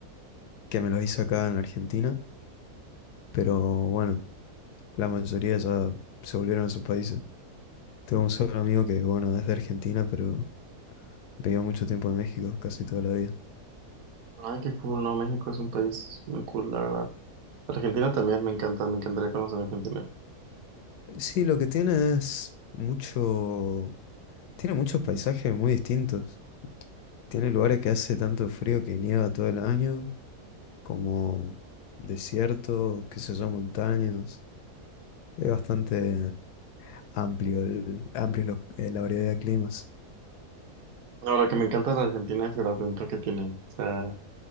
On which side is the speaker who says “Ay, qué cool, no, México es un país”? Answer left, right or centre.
Right